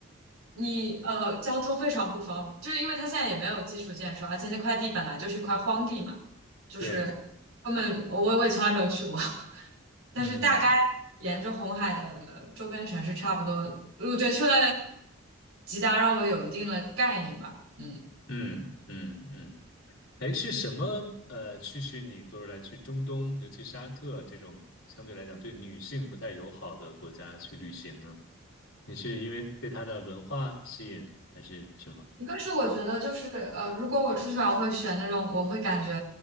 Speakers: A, on the right; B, on the left.
A: 你呃交通非常不方便，就是因为它现在也没有基础建设，而且那块地本来就是一块荒地嘛，就是
B: 对，
A: 根本我我也从来没有去过，<laughs> 但是大概
B: 嗯
A: 沿着红海的周边城市差不多，我觉得去了吉达让我有一定的概念吧，嗯。
B: 嗯嗯嗯，哎，是什么呃驱使你做出来去中东，尤其沙特这种相对来讲对女性不太友好的国家去旅行呢？你是因为被它的文化吸引，还是什么？
A: 一个是我觉得就是呃，如果我出去玩，我会选那种我会感觉